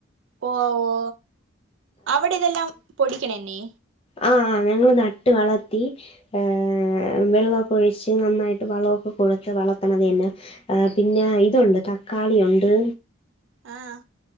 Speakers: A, on the right; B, on the left.
A: ഓ വോ അവിടെ ഇതെല്ലാം പൊടിക്ക്ണന്നെ
B: ആഹ് ഞങ്ങള് നട്ട് വളർത്തി ഏഹ് വെള്ളൊക്കെ ഒഴിച്ച് നന്നായിട്ട് വളവൊക്കെകൊടുത്തു വളർത്ത്ണത്യെന്നെ അഹ് പിന്നെ ഇതുണ്ട് തക്കാളി ഉണ്ട്.
A: ആഹ്